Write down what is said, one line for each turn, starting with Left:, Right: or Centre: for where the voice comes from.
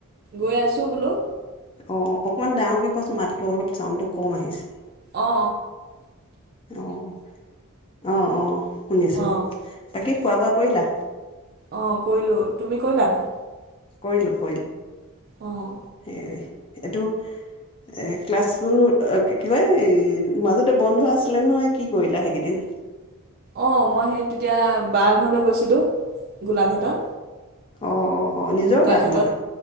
Right: গৈ আছোঁ বোলো
Left: অ অকণমান ডাঙৰকে কোৱাচোন মাতটো অলপ চাউণ্ডটো কম আহিছে
Right: অ অ
Left: আহ অঁ অঁ শুনিছো
Right: অঁ
Left: তাকে খোৱা বোৱা কৰিলা
Right: অ কৰিলো তুমি কৰিলা নাই
Left: কৰিলো কৰিলো
Right: অঁ
Left: হেৰি এইটো এ ক্লাছবোৰ কি কয় মাজতে বন্ধ আছিলে নহয় কি কৰিলা সেইকিদিন
Right: অঁ মই সেই তেতিয়া বা ঘৰলৈ গৈছিলোঁ গোলাঘাটত
Left: অ অ অ নিজৰ
Right: বোকাখাটত
Left: বা তোমাৰ